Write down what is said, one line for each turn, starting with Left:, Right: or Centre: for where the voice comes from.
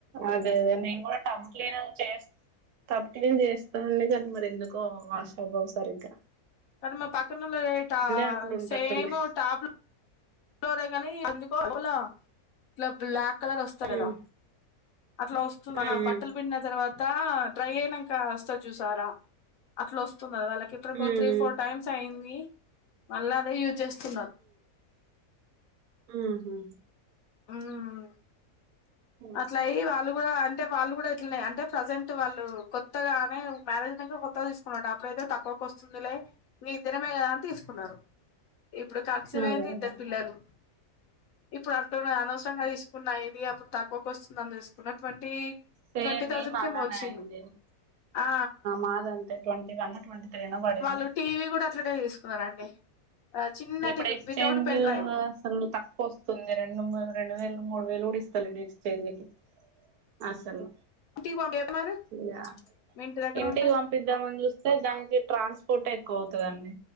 Right: అదే అదే మేము కూడ టబ్ క్లీన్ చేస్ టబ్ క్లీన్ చేస్త నిజంగ ఎందుకో ఆషాభావు సరిగ్గ
Left: కని మా పక్కనోల్లలై ట
Right: అట్లు ఉంటట్టుంది
Left: సేమ్ టాప్ లో డ గనీ ఎందుకో అలా ఇట్ల బ్లాక్ కలర్ వస్త
Right: ఉమ్
Left: కద <inaudible> అట్ల ఒస్తుందనా
Right: ఉమ్
Left: బట్టలు పిండిన తర్వాత అ డ్రై అయినంక అస్తది చూసార అట్ల ఒస్ వాళ్ళకి ఇప్పుడు పో
Right: ఉమ్
Left: త్రీ ఫోర్ టైమ్స్ అయింది మళ్ళ అదే యూజ్ చేస్తున్నరు
Right: ఉహు హు
Left: ఉమ్మ్
Right: ఉమ్
Left: అట్లయి వాళ్ళు కూడ అంటె వాళ్ళు కూడ ఇట్లనే అంటే ప్రజెంట్ వాళ్ళు కొత్తగానే మ్యారేజ్ ఇనంక కొత్తగ తీసుకున్నడట అప్పుడైతే తక్కువకు వస్తుందిలే మీ ఇద్ద మేళా కదా అని తీసుకున్నారు ఇప్పుడు ఖర్సివయింది
Right: అదే అదే
Left: ఇద్దరు పిల్లలు ఇప్పుడు అంటున్నా అనవసరంగా తీసుకున్నా ఇది అప్పుడు తక్కువకు వస్తుంద అని తీసుకున్నటువంటి
Right: సేమ్
Left: ట్వంటీ
Right: మేము
Left: థౌజండ్ కి
Right: అలానే
Left: ఏమో ఓచింది
Right: అయింది
Left: ఆ
Right: మాదంతే ట్వంటీ వన్ ట్వంటీ త్రీ నో పడింది
Left: వాళ్ళు టీవీ కూడా ఇక్కడే తీసుకున్నారండి చిన్న
Right: ఇప్పుడు
Left: TV
Right: exchange
Left: without pen drive
Right: అసలు తక్కువ వస్తుంది రండి రెడు రెండు వేలు మూడు వేలు కూడా ఇస్తాలె ఎక్స్చేంజ్ కి అసలు
Left: ఇంటికి పంపి మరి
Right: ఇయా
Left: మీ ఇంటి దగ్గర
Right: ఇంటికి
Left: ఉంటే
Right: పంపిద్దామని చూస్తే దానికి ట్రాన్స్పోర్ట్ ఎక్కువ అవుతుందండి